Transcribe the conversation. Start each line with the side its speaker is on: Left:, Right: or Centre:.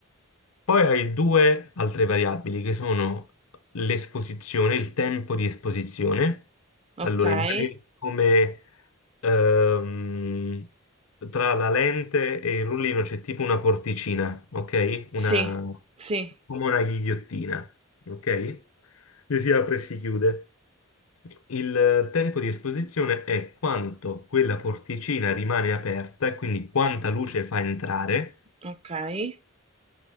Left: Poi hai due altre variabili che sono l'esposizione, il tempo di esposizione.
Right: okay.
Left: Allora, immagini come ehm, tra la lente e il rullino c'è tipo una porticina, ok? Una,
Right: Sì, sì,
Left: come una ghigliottina, ok? Che si apre e si chiude. Il eh, tempo di esposizione è quanto quella porticina rimane aperta, quindi quanta luce fa entrare
Right: okay,